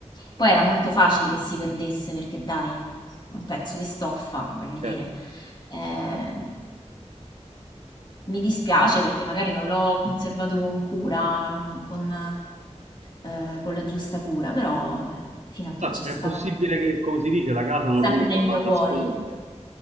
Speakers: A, on the left (about 40°); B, on the right (about 75°).
A: Poi era molto facile che si perdesse perché dai, un pezzo di stoffa, voglio
B: certo.
A: dire. Eh, mi dispiace perché magari non l'ho conservato con cura, con, eh, con la giusta cura, però beh, fino a che
B: Ah,
A: c'è
B: è
A: stato,
B: possibile che, come si dice, la casa non
A: sempre
B: ruba,
A: nel mio
B: ma nasconde.
A: cuore.